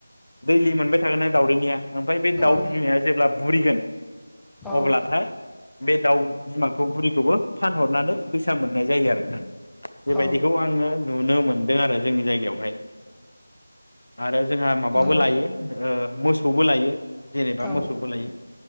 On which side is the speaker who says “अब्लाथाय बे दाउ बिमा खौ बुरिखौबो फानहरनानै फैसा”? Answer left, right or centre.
Left